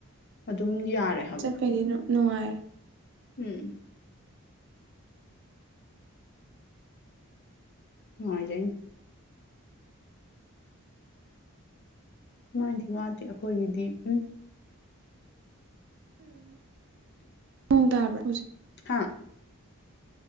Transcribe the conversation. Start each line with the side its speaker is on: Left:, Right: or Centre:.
Left: ꯑꯗꯨꯝ ꯌꯥꯔꯦ ꯍꯥꯏꯕ
Right: ꯀꯔꯤꯅꯣ ꯅꯨꯡꯉꯥꯏ
Left: ꯎꯝ ꯅꯨꯡꯉꯥꯏꯖꯩ ꯃꯥꯏꯗꯤ ꯋꯥꯇꯦ ꯑꯩꯈꯣꯏꯒꯤꯗꯤ ꯎꯝ
Right: ꯅꯣꯡ ꯇꯥꯕ꯭ꯔꯥ ꯍꯧꯖꯤꯛ
Left: ꯍꯥꯥ